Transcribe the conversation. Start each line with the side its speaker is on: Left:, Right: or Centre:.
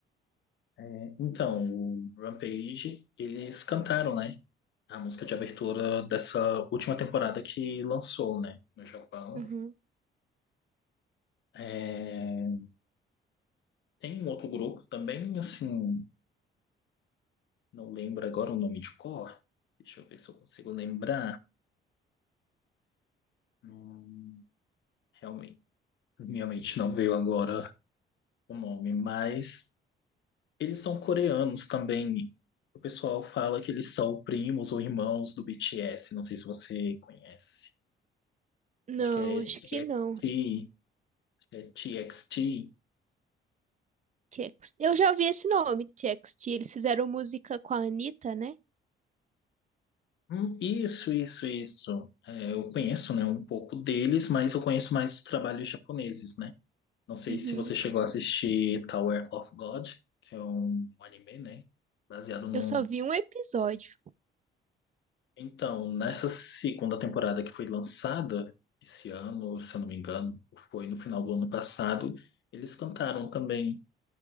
Left: É, então, o Rampage, eles cantaram, né? A música de abertura dessa última temporada que lançou, né? No Japão.
Right: Uhum.
Left: É, tem um outro grupo também, assim, não lembro agora o nome de cor. Deixa eu ver se eu consigo lembrar. Hum, realmente, minha mente não veio agora o nome, mas Eles são coreanos também. O pessoal fala que eles são primos ou irmãos do BTS. Não sei se você conhece.
Right: Não,
Left: Acho que é
Right: acho
Left: TXT.
Right: que não.
Left: acho que É TXT.
Right: TXT. Eu já ouvi esse nome, TXT. Eles fizeram música com a Anitta, né?
Left: Hum, isso, isso, isso. É, eu conheço, né, um pouco deles, mas eu conheço mais os trabalhos japoneses, né? Não sei
Right: Uhum.
Left: se você chegou a assistir Tower of God, que é um anime, né? Baseado num
Right: Eu só vi um episódio.
Left: Então, nessa segunda temporada que foi lançada esse ano, se eu não me engano, foi no final do ano passado, eles cantaram também